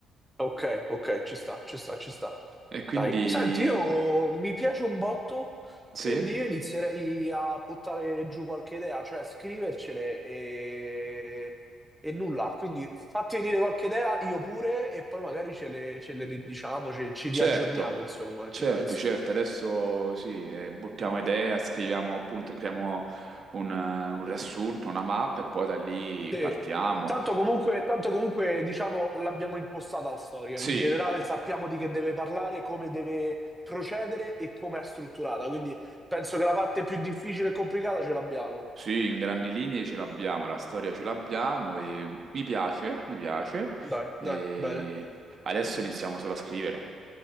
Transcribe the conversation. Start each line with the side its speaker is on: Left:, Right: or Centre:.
Centre: ok, ok, ci sta, ci sta, ci sta.
Right: E quindi
Centre: Dai, senti, io mi piace un botto,
Right: sì,
Centre: quindi io inizierei a buttare giù qualche idea, cioè scrivercele e, e nulla. Quindi fatti venire qualche idea, io pure, e poi magari ce le, ce le ridiciamo, ce- ci
Right: certo,
Centre: riaggiorniamo, insomma,
Right: certo,
Centre: che ne pensi?
Right: certo, adesso sì, eh, buttiamo idea, scriviamo appunto, creiamo un, eh, un riassunto, una mappa e poi da lì
Centre: Sì.
Right: partiamo.
Centre: Tanto comunque, tanto comunque, diciamo, l'abbiamo impostata la storia.
Right: Sì,
Centre: In generale sappiamo di che deve parlare, come deve procedere e come è strutturata. Quindi penso che la parte più difficile e complicata ce l'abbiamo.
Right: Sì, in grandi linee ce l'abbiamo, la storia ce l'abbiamo e mi piace, mi piace.
Centre: Dai,
Right: E
Centre: dai, bene.
Right: adesso iniziamo solo a scrivere.